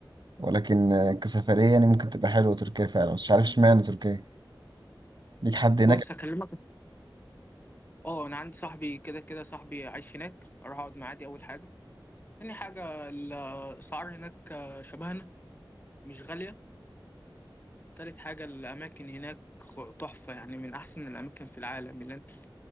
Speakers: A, on the right; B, on the left.
A: ولكن آه، كسفرية يعني ممكن تبقى حلوة تركيا فعلا بس مش عارف اشمعنى تركيا ليك حد هناك
B: بص هكلمك أه أنا عندي صاحبي كده كده صاحبي عايش هناك أروح أقعد معاه دي أول حاجة تاني حاجة الأسعار هناك آه، شبهنا مش غالية تالت حاجة الأماكن هناك خ- تحفة يعني من أحسن الأماكن في العالم اللي أنت